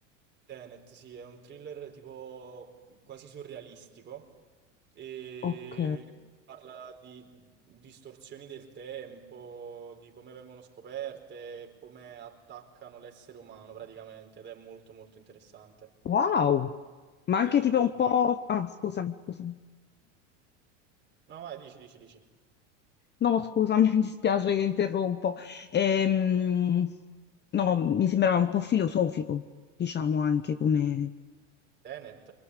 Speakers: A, on the right; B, on the left.
A: Tenet, sì, è un thriller tipo quasi surrealistico e
B: Ok.
A: parla di distorsioni del tempo, di come vengono scoperte e come attaccano l'essere umano praticamente ed è molto molto interessante.
B: Wow. Ma
A: Ti
B: anche
A: tiene incollato.
B: tipo un po'...
A: alla schermo.
B: Ah, scusami, scusami.
A: No, vai, dici, dici, dici.
B: No, scusami, <laughs> mi dispiace che interrompo. Ehm, no, mi sembrava un po' filosofico, diciamo anche come...
A: Tenet.